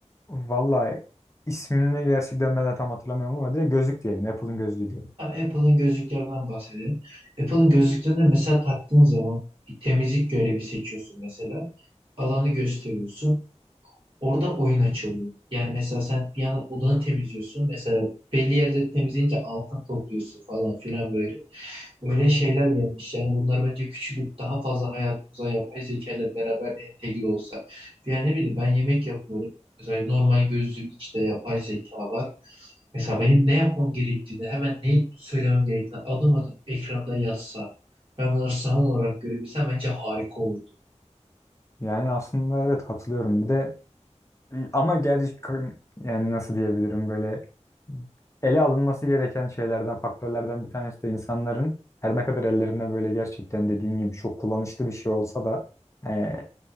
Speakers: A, on the left (about 25°); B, on the right (about 45°).
A: Valla ismini gerçekten ben de tam hatırlamıyorum ama direkt gözlük diyelim. Apple'ın gözlüğü diyelim.
B: Ha, Apple'ın gözlüklerinden bahsedelim. Apple'ın gözlüklerini mesela taktığın zaman bir temizlik görevi seçiyorsun mesela. Alanı gösteriyorsun. Orada oyun açılıyor. Yani mesela sen bir yandan odanı temizliyorsun. Mesela belli yerleri temizleyince altın topluyorsun falan filan böyle. Böyle şeyler gelmiş. Yani bunlar bence küçülüp daha fazla hayatımıza yapay zeka ile beraber entegre olsa. Yani ne bileyim ben yemek yapıyorum. Mesela normal gözlüğün içinde yapay zeka var. Mesela benim ne yapmam gerektiğini, hemen neyi söylemem gerektiğini adım adım ekranda yazsa, ben bunları sanal olarak görebilsem bence harika olurdu.
A: Yani aslında evet katılıyorum. Bir de Ama gerçi yani nasıl diyebilirim böyle ele alınması gereken şeylerden, faktörlerden bir tanesi de insanların her ne kadar ellerinde böyle gerçekten dediğin gibi çok kullanışlı bir şey olsa da e,